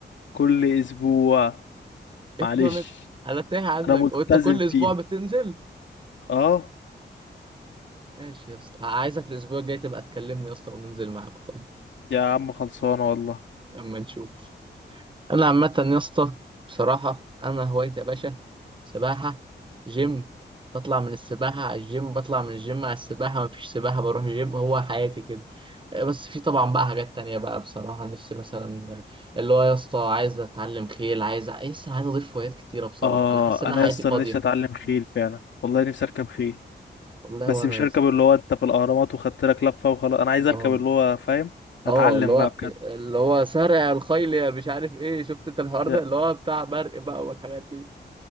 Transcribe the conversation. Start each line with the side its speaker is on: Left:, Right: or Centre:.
Left: كل اسبوع
Right: <laughs> يا
Left: معلش
Right: ابني انا انا تايه عنك
Left: انا ملتزم
Right: وانت كل اسبوع
Left: فيه
Right: بتنزل
Left: اه
Right: ماشي يا اسطى عايزك الاسبوع الجاي تبقى تكلمني يا اسطى وننزل معاك طيب
Left: يا عم خلصانه والله
Right: اما نشوف انا عامه يا اسطى بصراحه انا هوايتي يا باشا سباحه جيم بطلع من السباحه على الجيم بطلع من الجيم على السباحه مفيش سباحه بروح جيم هو حياتي كده بس في طبعا بقى حاجات تانية بقى بصراحه نفسي مثلا اللي هو يا اسطى عايز اتعلم خيل عايز لسه عايز اضيف هوايات كتيره بصراحه
Left: اه
Right: انا حاسس ان
Left: انا
Right: أنا حياتي
Left: يا اسطى
Right: فاضيه
Left: انا نفسي اتعلم خيل فعلا والله نفسي اركب خيل
Right: والله
Left: بس
Right: وانا
Left: مش
Right: يا
Left: هركب
Right: اسطى
Left: اللي هو انت في الاهرامات وخدت لك لفه وخلاص انا عايز اركب
Right: اه
Left: اللي هو فاهم اتعلم
Right: اه اللي هو
Left: بقى بجد
Right: اللي هو سارع الخيل يا مش عارف ايه شفت انت الحوار
Left: يا-
Right: ده اللي هو بتاع برق بقى والحاجات دي